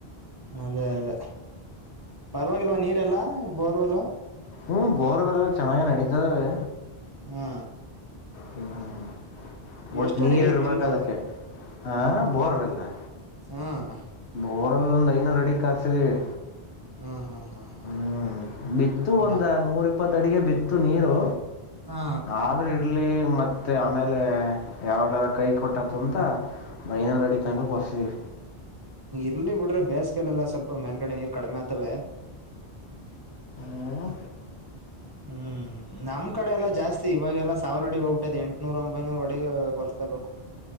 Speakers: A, on the right (about 25°); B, on the left (about 85°).
A: ಅದೇ ಅದೇ ಪರವಾಗಿಲ್ವಾ ನೀರೆಲ್ಲಾ ಬೋರ್ವೆಲ್
B: ಹ್ಮ ಬೋರ್ಗಳಲ್ಲ ಚೆನ್ನಾಗ ನಡೀತವೆ....
A: ಹಾ
B: ಹ್ಮ ಹ್ಮ ಬಟ್
A: ಎಷ್ಟ
B: ನೀರ್
A: ಅಡಿಗ ಐತ್
B: ಇರ್ಬೇಕ
A: ನಿಮ್ದು
B: ಅದಕ್ಕೆ ಹ ಬೋ ಅವೆಲ್ಲಾ
A: ಹ್ಮ್
B: ಬೋರ್ ಅಲ್ಒಂದ್ ಐನೂರು ಅಡಿಗ್ ಗಾಗ್ಸಿದ್ದಿವಿ.
A: ಹಾ ಹಾ ಹಾ ಹಾ
B: ಹ್ಮ್ ಬಿತ್ತು ಒಂದ
A: ನಾ
B: ನೂರ್ ಇಪ್ಪತ್ ಅಡಿಗೆ ಬಿತ್ತು ನೀರು
A: ಹಾ
B: ಆದ್ರೂ ಇರ್ಲಿ...... ಮತ್ತೆ ಆಮೇಲೆ ಯಾವಾಗಲಾದರೂ ಕೈ ಕೊಟ್ಟತು ಅಂತ...... ಐನೂರು ಅಡಿ ತನಕ ಪೋರ್ <unintelligible>
A: ಇಲ್ಲಿ ಬಿಡ್ರೆ ಬೇಸಿಗೆಲೆಲ್ಲ ಸ್ವಲ್ಪ ಮೇಲ್ಗಡೆ ನೀರ್ ಕಡಿಮೆ ಆಗ್ತವೆ
B: ಹ್ಮ್
A: ಹ್ಮ್ ನಮ್ ಕಡೆ ಎಲ್ಲಾ ಜಾಸ್ತಿ ಇವಾಗೆಲ್ಲಾ ಸಾವಿರ ಅಡಿ ಹೋಗ್ಬಿಟದೆ ಎಂಟ್ನೂರ ಒಂಬೈನೂರ ಅಡಿ ಕೊರಿಸ್ಲೇಬೇಕು...